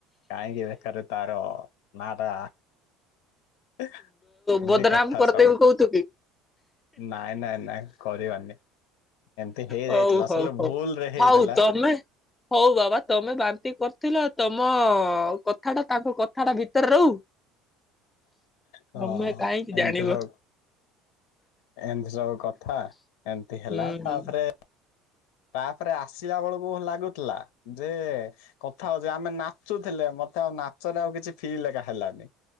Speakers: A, on the left; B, on the left.
A: କାହିଁକି ବେକାର ତାର ନାଟା। ଏମିତି
B: ବଦନାମ
A: କଥା
B: କରିଦେବି
A: ସବୁ
B: କହୁଥିବି
A: ନାଇଁ ନାଇଁ ନାଇଁ। କରିବାନି। ଏମିତି ହେଇଯାଇଥିଲା
B: ହଉ
A: ଅସଲ
B: ହଉ
A: ଭୁଲରେ
B: ହଉ
A: ହେଇଥିଲା।
B: ହଉ ତମେ ହଉ ବାବା ତମେ ବାନ୍ତି କରିଥିଲ। ତମ କଥା ଟା ତାଙ୍କ କଥା ଟା ଭିତରେ ରହୁ।
A: ହଁ
B: ତମେ କହିଁକି
A: ଏମିତି
B: ଜାଣିବ।
A: ସବୁ ଏମିତି ସବୁ କଥା ଏମତି ହେଲା
B: ହୁଁ ହୁଁ
A: ତାପରେ ତାପରେ ଆସିଲା ବେଳକୁ ଲାଗୁଥିଲା ଯେ କଥା ହଉଛି ଆମେ ନାଚୁଥିଲେ ମତେ ଆଉ ନାଚରେ ଆଉ କିଛି ଫିଲ୍ ଏକା ହେଲାନି।